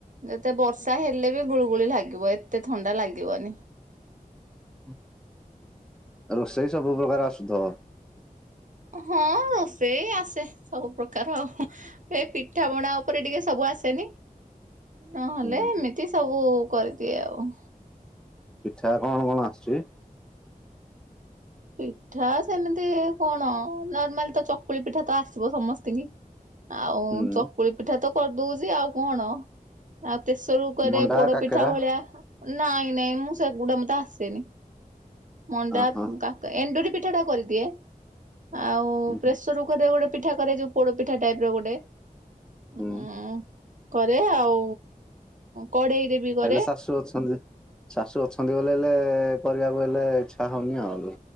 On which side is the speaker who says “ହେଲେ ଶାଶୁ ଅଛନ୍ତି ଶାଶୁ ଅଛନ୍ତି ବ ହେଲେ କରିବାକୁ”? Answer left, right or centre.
Centre